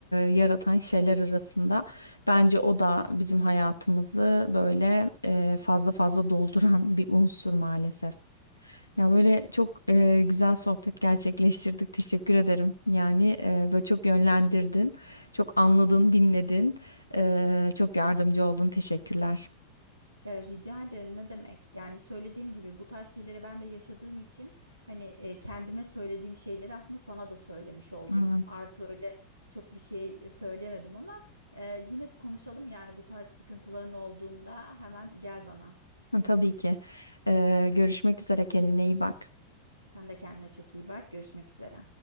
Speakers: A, on the left (about 85°); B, on the right (about 80°).
A: yaratan şeyler arasında bence o da bizim hayatımızı böyle e, fazla fazla dolduran bir unsur maalesef. Ya böyle çok e, güzel sohbet gerçekleştirdik. Teşekkür ederim. Yani e, böyle çok yönlendirdin, çok anladın, dinledin, e, çok yardımcı oldun. Teşekkürler.
B: E, rica ederim ne demek? Yani söylediğim gibi bu tarz şeyleri ben de yaşadığım için hani e, kendime söylediğim şeyleri aslında sana da söylemiş oldum.
A: Evet.
B: Artı öyle çok bir şey söylemedim ama e, yine konuşalım yani bu tarz sıkıntıların olduğunda hemen gel bana.
A: Ha, Tabii ki. E, görüşmek üzere. Kendine iyi bak.
B: Sen de kendine çok iyi bak. Görüşmek üzere.